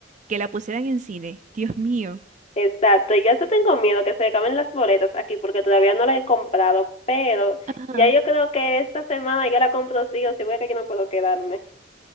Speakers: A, on the right (about 40°); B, on the left (about 35°).
A: que la pusieran en cine? Dios mío.
B: exacto. Yo hasta tengo miedo que se acaben las boletas aquí porque todavía no las he comprado, pero
A: Ajá.
B: ya yo creo que esta semana yo la compro sí o sí, porque yo no puedo quedarme.